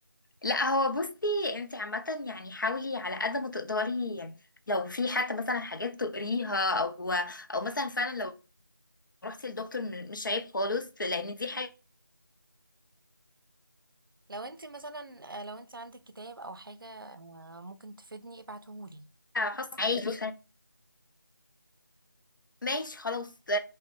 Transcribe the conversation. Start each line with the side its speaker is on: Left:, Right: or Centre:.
Left: لا هو بصي انت عامة يعني حاولي على قد ما تقدري يعني لو في حتى مثلا حاجات تقريها او او مثلا فعلا لو رحتي للدكتور م- مش عيب خالص لان دي حاجة
Right: لو انت مثلا آه، لو انت عندك كتاب او حاجه آه، ممكن تفيدني ابعتهولي
Left: خاصة عادي ماشي خلاص آه،